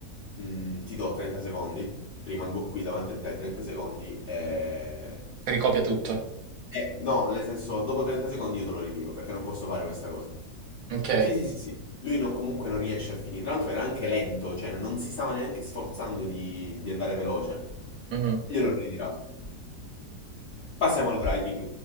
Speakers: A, on the left; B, on the right.
A: mm, ti do 30 secondi, rimango qui davanti a te 30 secondi e...
B: Ricopia tutto.
A: e- No, nel senso, dopo 30 secondi io te lo ritiro perché non posso fare questa cosa.
B: Ok.
A: Sì, sì, sì, sì. Lui no- comunque non riesce a finire. Tra l'altro era anche lento, cioè non si stava neanche sforzando di, di andare veloce.
B: mhm.
A: Gliel'ho ritirato. Passiamo al writing.